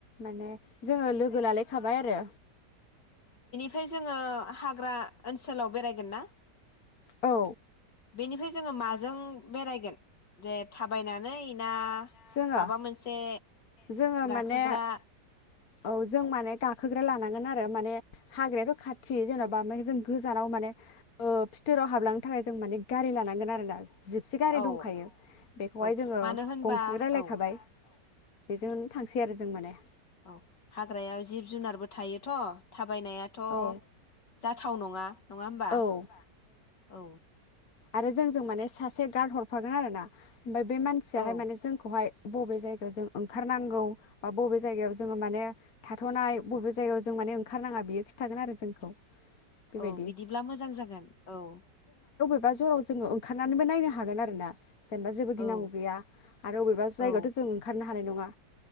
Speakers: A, on the left; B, on the left.
A: माने जोङो लोगो लालायखाबाय आरो
B: खाय जोङो हाग्रा ओनसोलाव बेरायगोन ना
A: औ
B: बेनिफ्राय जोङो माजों बेरायगोन दे थाबायनानै ना
A: जोङो
B: माबा मोनसे
A: जोङो
B: गाखोग्रा
A: माने औ जों माने गा गाखोग्रा लानांगोन आरो माने हाग्रायाथ' खाथि जेन'बा ओ जों गोजानाव माने फिथोराव हाबलांनो थाखाय जों माने गारि लानांगोन आरोना जिपसे गारि
B: औ
A: दंखायो बेखौहाय
B: औ
A: जोङो
B: मानो होनबा
A: गंसे रायलायखाबाय
B: औ
A: बेजोंनो थांसै आरो जों माने
B: औ हाग्रायाव जिब जुनारबो थायोथ' थाबायनायाथ'
A: औ
B: जाथाव नङा नङा होमबा
A: औ
B: औ
A: आरो जोंजों माने सासे गार्ड हरफागोन आरो ना ओमफ्राय बे मानसियाहाय
B: औ
A: माने जोंखौहाय बबे जायगायाव जों ओंखारनांगौ बा बबे जायगायाव जोङो माने थाथ'नाय बबे जायगायाव जों माने ओंखारनाङा बेयो खिन्थागोन आरो जोंखौ बेबायदि
B: औ बिदिब्ला मोजां जागोन औ
A: बबेबा जराव जोङो ओंखारनानैबो नायनो हागोन आरो ना जेनेबा जेबो गिनांगौ
B: औ
A: गैया आरो बबेबा जायगायावथ'
B: औ
A: जों ओंखारनो हानाय नङा